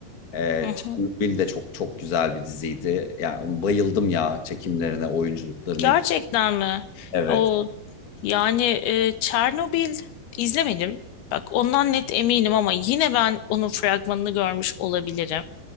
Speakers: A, on the left; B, on the left.
A: Ee,
B: Hı hı.
A: Çernobil de çok çok güzel bir diziydi. Yani bayıldım ya çekimlerine, oyunculuklarını.
B: Gerçekten mi?
A: Evet.
B: O Yani e, Çernobil izlemedim. Bak ondan net eminim ama yine ben onun fragmanını görmüş olabilirim.